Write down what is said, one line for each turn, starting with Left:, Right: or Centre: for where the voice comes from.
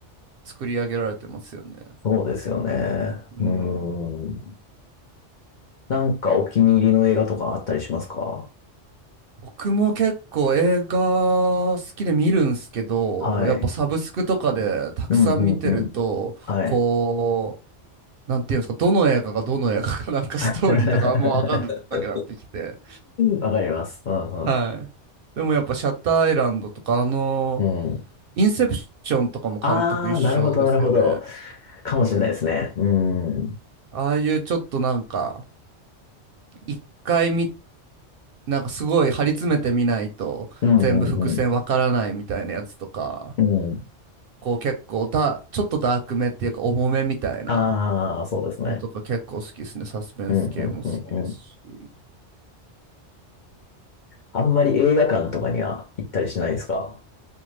Right: 作り上げられてますよね。
Left: そうですよね。
Right: うん。
Left: うん。なんかお気に入りの映画とかあったりしますか
Right: 僕も結構映画好きで見るんすけど、
Left: はい。
Right: やっぱサブスクとかでたくさん見てると、
Left: うんうんうん。はい。
Right: こう、なんていうんですか、どの映画がどの映画かなんかストーリーとかあんまわかんなくなってきて。
Left: <laughs> わかります。うんうん。
Right: はい。でもやっぱシャッターアイランドとか、あの、
Left: うん。
Right: インセプションとかも監督一緒ですよね。
Left: あー、なるほどなるほど。かもしれないですね。うん。うん
Right: ああいうちょっとなんか、一回見、なんかすごい張り詰めてみないと全部伏線わからないみたいなやつとか、
Left: うんうん。うん。
Right: こう結構だ、ちょっとダークめっていうか重めみたいな
Left: あー、そうですね。
Right: のとか結構好きですね。サスペンス系も好きですし。
Left: うんうんうんうん。あんまり映画館とかには行ったりしないですか